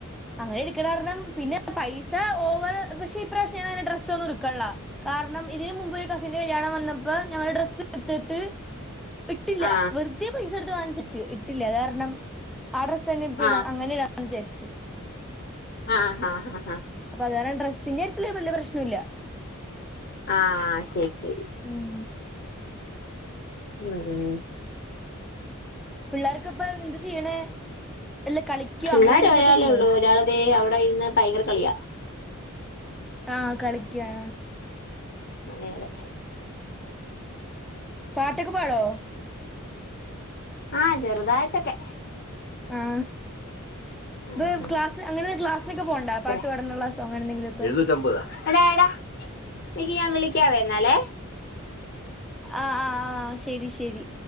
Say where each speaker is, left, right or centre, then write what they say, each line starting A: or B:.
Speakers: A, in the centre; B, on the left.
A: അങ്ങനെ എടുക്കണ കാരണം പിന്നെ പൈസ ഓവറ് പക്ഷെ ഇപ്രാവിശ്യം ഞങ്ങളങ്ങനെ ഡ്രസ്സ് ഒന്നും എട്ക്കണ്ല്ല കാരണം ഇതിനന് മുമ്പ് ഒരു കസിന്റെ കല്യാണം വന്നപ്പോ ഞങ്ങള് ഡ്രസ്സ് എടുത്തിട്ട് ഇട്ടില്ല
B: ആ
A: വെറുതേ പൈസ പൈസ കൊടുത്ത് വങ്ങിച്ചിച്ച് ഇട്ടില്ല വേറേ നാം ആ ഡ്രസ്സ് തന്നെ ഇപിടം
B: ആ
A: അങ്ങനെയാന്ന് വിചാരിച്ച്
B: ആഹാ ആ ഹ
A: അപ്പൊ അത് കാരണം ഡ്രെസിന്റെ കാര്യത്തിൽ വലിയ പ്രശ്നം ഇല്ല
B: ആ ആ ശരി ശരി
A: ഉം
B: ഉം ഉം
A: പിള്ളേരൊക്കെ ഇപ്പോ എ ന്താ ചെയ്യണേ വല്ല കളിക്കോ
B: പിള്ളാര്
A: അങ്ങനെ എന്തെങ്കിലുമൊക്കെ
B: ഒരാളെ
A: ചെയ്യോ
B: ഉള്ളൂ ഒരാള് ഇതേ അവിടെ ഇരുന്ന് ഭയങ്കര കളിയാ
A: ആ കളി ക്കെയാ
B: അതെ അതെ
A: പാട്ടക്കോ പാടോ
B: ആ ചെറുതായിട്ടൊക്കെ
A: ആ
B: ആ
A: ഇപ്പ
B: ആ
A: ക്ലാസ് അങ്ങനെ ക്ലാസ്സിനൊക്കെ പോണ്ണ്ട
B: അത്ര
A: പാട്ട് പാടാനുള്ള സോ അങ്ങനെ എന്തെങ്കിലും ഒക്കെ
B: എഴുന്നൂറ്റമ്പതാ എടാ എടാ എനിക്ക് ഞാൻ വിളിക്കാവേന്നാല്ലേ
A: ആ ആഹ് ആ ആ ശരി ശരി